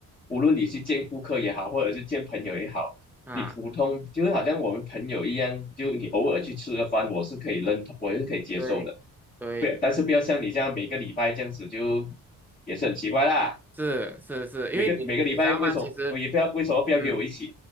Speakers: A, on the left; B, in the centre.
A: 无论你去见顾客也好，或者是见朋友也好，
B: 啊，
A: 你普通就是好像我们朋友一样，就你偶尔去吃个饭，我是可以认同，我是可以接受的。
B: 对对，
A: 不要，但是不要像你这样每个礼拜这样子就，也是很奇怪啦。
B: 是是是，
A: 每个每个礼拜为什么我也不要为什么不要约我一起？
B: 因为你你知道吗？其实，嗯